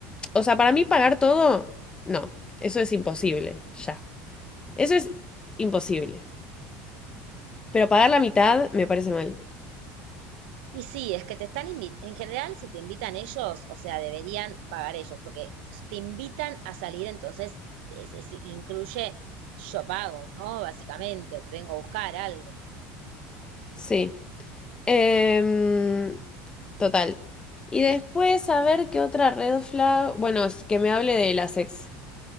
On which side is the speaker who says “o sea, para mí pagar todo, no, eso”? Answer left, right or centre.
Left